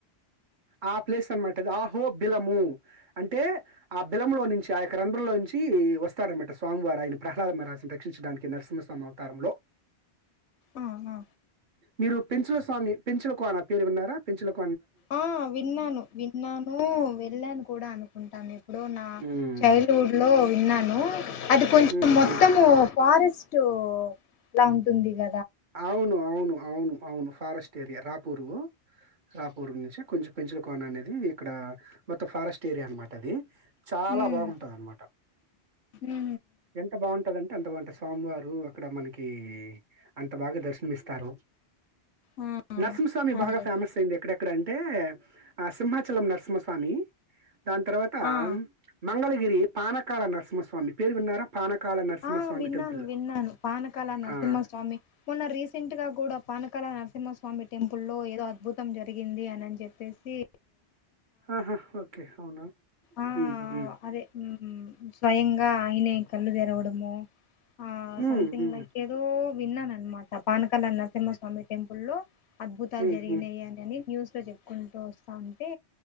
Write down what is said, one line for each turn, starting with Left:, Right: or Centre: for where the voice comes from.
Right: ఆ ప్లేస్ అనమాటిది ఆహో బిలము అంటే ఆ బిలము లో నుంచి ఆ యొక్క రంధ్రులోంచి కి వస్తాడనమాట స్వామివారు ఆయన ప్రహ్లాద మహరాజ్ ని రక్షించడానికి నరసింహస్వామి అవతారంలో
Left: ఆ ఆ
Right: మీరు పెంచుల స్వామి పెంచులకు అనా పేరు విన్నారా పెంచులకు
Left: ఆ విన్నాను విన్నాను వెళ్ళాను కూడా అనుకుంటాను ఎప్పుడో నా
Right: హ్మ్.
Left: చైల్డ్ ల్డ్ వుడ్ లో విన్నాను అది కొంచెం
Right: హ్మ్.
Left: మొత్తము
Right: హ్మ్.
Left: ఫారెస్టు లా ఉంటుంది గ
Right: అవును అవును అవును అవును ఫారెస్ట్ ఏరియా రాపూర్ రాపూర్వ్ నుంచి కొంచెం పెంచుల కోన అనేది ఇక్కడ మొత్తం ఫారెస్ట్ ఏరియా అనమాట అది చాలా
Left: ఉమ్
Right: బాగుంటది అనమాట
Left: ఉహు
Right: ఎంత బావుంటదం టె అంత బావుంటది స్వామి వారు అక్కడ మనకి అంత బాగా దర్శనమిస్తారు
Left: ఉహు ఆ
Right: నరసింహస్వామి బాగా
Left: అదే
Right: ఫేమస్
Left: అదే
Right: అయింది ఎక్కడెక్ క్కడంటే ఆ సింహాచలం నరసింహస్వామి దాని తర్వాతా
Left: ఆ
Right: మంగళగిరి పానకాల నరసింహస్వామి పేరు విన్నారా పానకాల నరసింహస్వామి
Left: ఆ విన్నాను
Right: టెంపుల్.
Left: విన్నాను పానకాల నరసింహస్వామి
Right: ఆ!
Left: మొన్న రీసెంట్ గా గూడ పానకాల నరసింహస్వామి టెంపుల్ లో ఏదో అద్భుతం జరిగింది అనన్ జేప్పే సీ
Right: ఆహా ఓకె అవునా
Left: ఆ
Right: ఉ ఉ
Left: అదే స్వయంగా ఆయనే కళ్ళు తెరవడము ఆ
Right: హ్మ్
Left: సంథింగ్
Right: హ్మ్
Left: లైక్ ఏదో విన్నాననమాట పానకాల నరసింహస్వామి టెంపుల్లో అద్భుతాలు
Right: హ్మ్
Left: జరిగినాయనని
Right: హ్మ్
Left: న్యూస్ లో చెప్పుకుంటూ వస్తా ఉంటే